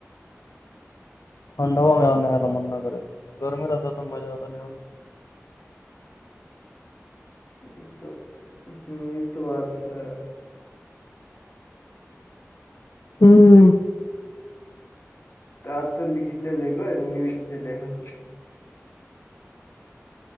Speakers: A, on the left; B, on the left.
A: تھھنڈا وہ م میںا ن نہاا مننا کرے گرمی ر رہتا تو مزا آتا ن نہ ہوا
B: یہ تو ہ یہ تو بات ہے
A: ہاں
B: آار تو لکھ لےگو نیوز لا تو